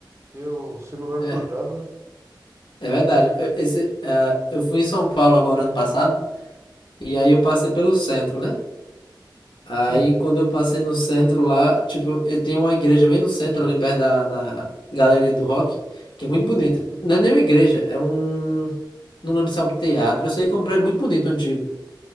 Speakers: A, on the right (about 35°); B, on the left (about 85°).
A: ter o celular
B: É,
A: furtado, né?
B: é verdade. Eu- Esse, ah, eu fui em São Paulo agora ano passado, e aí eu passei pelo centro, né? Aí
A: Sim.
B: quando eu passei no centro lá, tipo, eu tenho uma igreja bem no centro, ali perto da, da Galeria do Rock, que é muito bonita. Não é nem uma igreja, é um. Não lembro se é um teatro, eu sei que é um prédio muito bonito, antigo.